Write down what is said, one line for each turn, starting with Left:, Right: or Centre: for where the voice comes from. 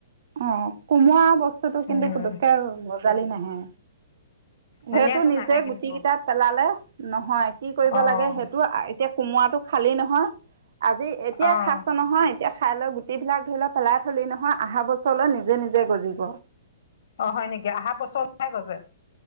Right: অ কোমোৱা বস্তুটো কিন্তু
Left: উম
Right: পুটুককৈ। গঁজালি নাহে।
Left: ধনিয়াটো
Right: সেইটো নিজে
Left: নাহে কিন্তু
Right: গুটি কিটা পেলালে নহয় ।কি কৰিব
Left: অঁ
Right: লাগে সেইটো এতিয়া। কোমোৰা টো খালি নহয়। আজি এতিয়া
Left: অ',
Right: খা। নহয় এতিয়া খাই লৈ গুটি বিলাক ধৰি লও পেলাই থলি নহয় অহা বছৰলৈ নিজে নিজে গজিব।
Left: অ হয় নেকি আহা বছৰলৈহে গজে।